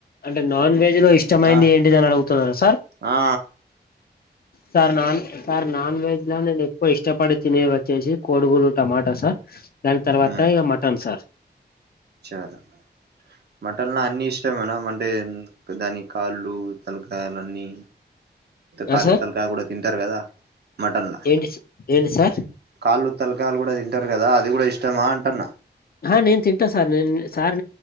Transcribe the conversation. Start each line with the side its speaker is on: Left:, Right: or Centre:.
Left: అంటే నాన్ వెజ్ లో ఇష్టమైంది
Right: ఆ
Left: ఏంటిది అని అడుగుతున్నారా సార్
Right: ఆ
Left: sir non sir non veg లో నేను ఎక్కువ ఇష్టపడి తినేది వచ్చేసి కోడిగుడ్డు టమాటా సార్ దాని తర్వాత
Right: ఉమ్
Left: ఇగ మటన్ సార్
Right: చాలా మటన్ల అన్ని ఇష్టమేనా అంటే దాని కాళ్ళు తలకాయలు అన్ని కాళి
Left: ఆ సార్
Right: తలకాయ కూడా తింటారు కదా మటన్లా
Left: ఏంటి ఏంటి సార్
Right: కాళ్ళు తలకాయలు కూడా తింటారు గదా అది గూడా ఇష్టమా అంటున్న
Left: ఆ నేను తింట సార్ నేను సార్